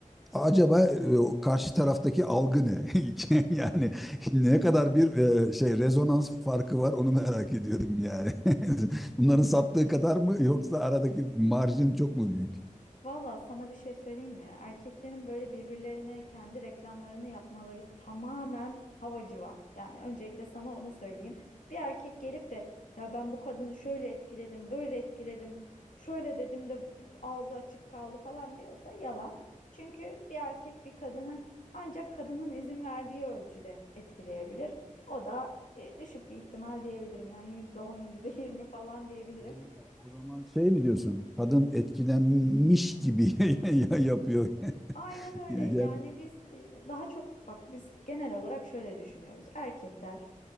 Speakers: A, in the centre; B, on the left.
A: Acaba e, karşı taraftaki algı ne? <laughs> Yani ne kadar bir e, şey rezonans farkı var onu merak ediyorum yani. <laughs> Bunların sattığı kadar mı yoksa aradaki marjin çok mu büyük?
B: Valla sana bir şey söyleyeyim mi? Erkeklerin böyle birbirlerine kendi reklamlarını yapmaları tamamen havacıva. Yani öncelikle sana onu söyleyeyim. Bir erkek gelip de ya ben bu kadını şöyle etkiledim, böyle etkiledim, şöyle dedim de ağzı açık kaldı falan diyorsa yalan. Çünkü bir erkek bir kadını ancak kadının izin verdiği ölçüde etkileyebilir. O da e, düşük bir ihtimal diyebilirim. Yani yüzde on, yüzde yirmi falan diyebilirim.
A: O zaman, o zaman şey mi diyorsun? Kadın etkilenmiş gibi <laughs> ya yapıyor.
B: Aynen
A: <laughs>
B: öyle.
A: Gel.
B: Yani biz e, daha çok bak biz genel olarak şöyle düşünüyoruz. Erkekler